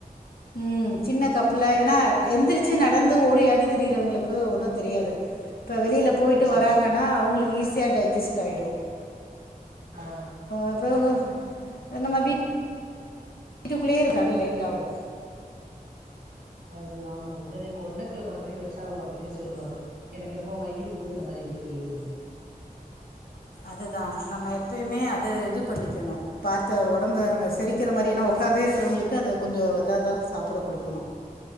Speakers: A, on the left; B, on the right.
A: உம் சின்ன கப்புல ஏன்னா எந்திரிச்சு நடந்து ஓடி ஆடி திரியிறவங்களுக்கு ஒண்ணு தெரியாது இப்ப வெளியில போயிட்டு
B: ஆ
A: வராங்கன்னா அவங்களுக்கு ஈசி ஈசியா டைஜிஸ்ட் ஆயிடும்
B: ஆ ஆ
A: அதாங்க நம்ம வீ வீட்டுக்குள்ளேயே இருந்தா லேட் ஆகு
B: அது ஆமா உள் <unintelligible> கொண்டைக்கல்ல கொழம்பே வச்சாவுக அப்படிதா சொல்லுவாக எனக்கு என்னமோ வயிறு ஊதுன மாரி இருக்கு அப்படின்னு
A: அது தா நம்ம எப்பயுமே அத இது பண்ணிக்கணு பாத்த ஒடம்பு
B: ம்
A: செரிக்கிற மாரினா ஒ க்காந்தே இருக்கறவங்களுக்கு அது கொஞ்சோ இதா தா சாப்பிட குடுக்கணு